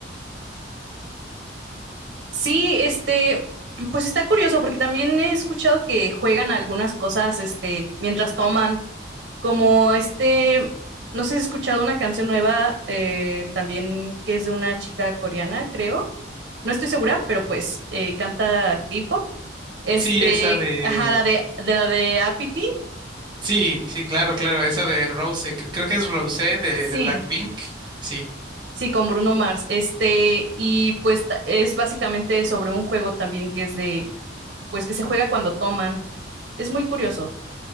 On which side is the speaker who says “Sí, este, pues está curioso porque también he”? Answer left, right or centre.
Right